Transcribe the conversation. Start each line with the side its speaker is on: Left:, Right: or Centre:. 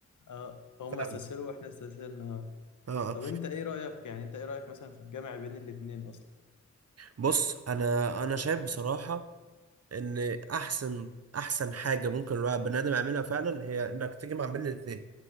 Left: اه هم
Right: فاهم
Left: استسهلوا واحنا استسهلنا آه.
Right: اه آه. اه
Left: طب انت ايه رايك يعني انت ايه رايك مثلا في الجامع بين الاتنين اصلا
Right: بص انا انا شايف بصراحه ان احسن احسن حاجه ممكن الواحد بني ادم يعملها فعلا هي انك تجمع بين الاثنين